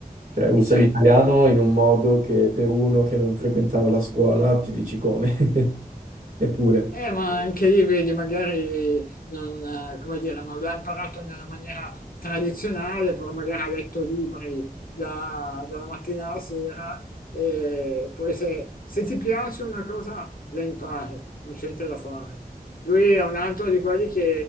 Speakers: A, on the right; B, on the left.
A: Cioè, usa
B: Sì.
A: l'italiano in un modo che per uno che non frequentava la scuola ti dici come. <laughs> Eppure,
B: Eh, ma anche lì vedi, magari non, eh, come dire, non l'ha imparato nella maniera tradizionale, però magari ha letto libri da- dalla mattina alla sera e poi se, se ti piace una cosa la impari, non c'è niente da fare. Lui è un altro di quelli che